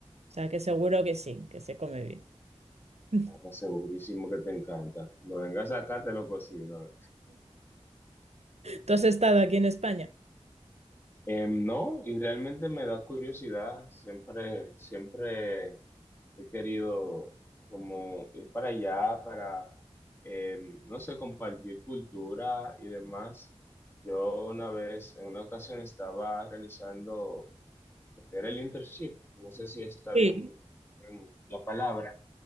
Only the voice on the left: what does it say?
Estamos segurísimo que te encanta. No vengas acá, te lo cocino.
Em, no, y realmente me da curiosidad, siempre, siempre he querido como ir para allá, para, em, no sé, compartir cultura y demás. Yo una vez, en una ocasión, estaba realizando lo que era el internship, no sé si está
bien, bien la palabra,